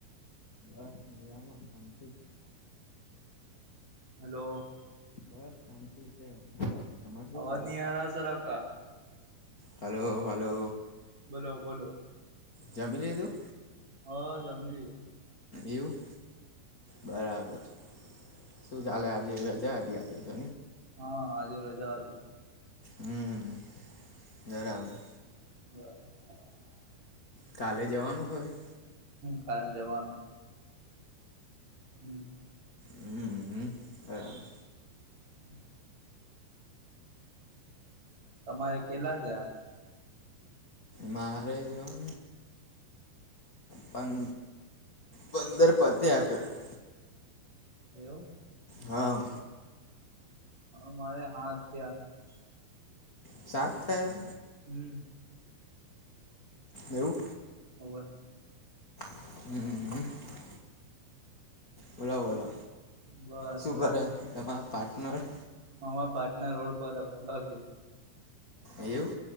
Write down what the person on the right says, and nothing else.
હલો
અવાજ નહી આ રહા સર આપકા
બોલો, બોલો
હા, જમલી હ
હા, આજે રજા હતી.
<unintelligible>
કાલ જવાનું હમ્મ
હમ તમારે કેલા થયા?
એવું
અમારે હા ત્યાં
હમ
હોવે
બસ
જોને
હમાં પાટના રોડ પર રખડવા ગયો